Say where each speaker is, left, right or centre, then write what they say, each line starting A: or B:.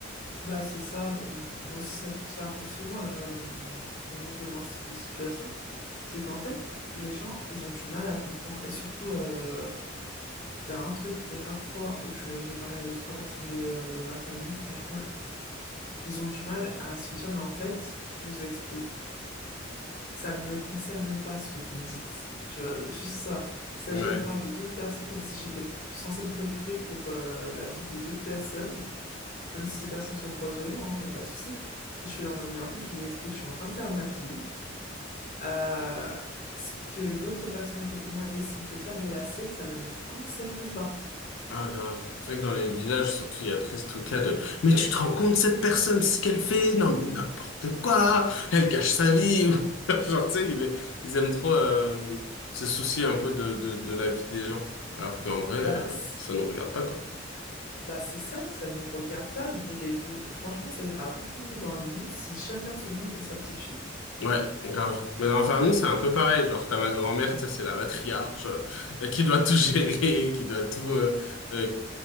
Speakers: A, on the left; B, on the left.
A: Bah, c'est ça. M- Moi aussi, ça, ça arrive souvent euh, de me retrouver dans ce type de situation. C'est qu'en fait, les gens, ils ont du mal à comprendre. Et surtout, euh, il y a un truc, les rares fois où je- j'ai parlé à deux, trois personnes de, de ma famille, franchement, ils ont du mal à se dire, mais en fait, je vous explique, ça ne me concerne pas ce que vous me dites. Tu vois, juste ça. C'est-à-dire,
B: Ouais.
A: ils me parlent de d'autres personnes comme si j'étais censée me préoccuper pour euh, la vie de d'autres personnes même si ces personnes sont proches de moi, il n'y a pas de souci. Et je suis là en mode, mais en fait, je vous explique, je suis en train de faire ma vie. Euh, ce que l'autre personne à côté de moi décide de faire de la sienne, ça ne me concerne pas.
B: Ah, grave. C'est vrai que dans les villages, surtout, il y a très ce truc-là de, mais tu te rends compte, cette personne, ce qu'elle fait? Non, mais n'importe quoi! Elle gâche sa vie! Ou- <laughs> Genre, tu sais, ils, ils aiment trop, euh, se soucier un peu de, de, de la vie des gens. Alors qu'en vrai,
A: Bah,
B: euh,
A: c'est-
B: ça nous regarde pas, quoi.
A: bah c'est ça, ça ne nous regarde pas, mêlez-vous. Franchement, ça ira beaucoup mieux dans le monde si chacun se mêle de sa petite fille.
B: Ouais, grave. Mais dans la famille, c'est un peu pareil. Genre, t'as ma grand-mère, tu sais, c'est la matriarche, euh, qui doit tout gérer, <laughs> qui doit tout, euh, euh,